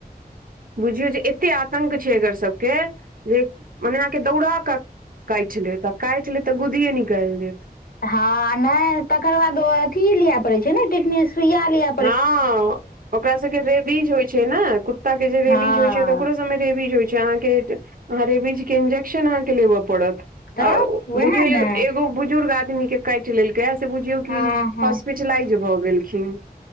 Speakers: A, on the right; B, on the left.
A: बुझियौ जे एते आतंक छै एकर सबके जे, मने अहाँके दौड़ा क काइट लेत आ काइट लेत त गुदिये निकाएल देत।
B: हँ नय तकर बाद ओ अथी लिय परै छै न टिटनेस सुइया लिय।
A: हँ ओकरा सबके रेबीज होय छै न कुत्ता के जे रेबीज
B: हँ
A: होय छै त ओकरो सब मे रेबिज होइ, च अहाँके‌ अहा रेबीज के इंजेक्शन अहाँके लेब परत।
B: तऽ
A: आ ओ
B: उएह
A: बुझयो एगो
B: ने
A: एगो बुझ, बुजुर्ग आदमी के काइट लेल कैय ऐ से बुझियौ की
B: हँ हँ
A: हॉस्पिटलाइज भ गेलखिन।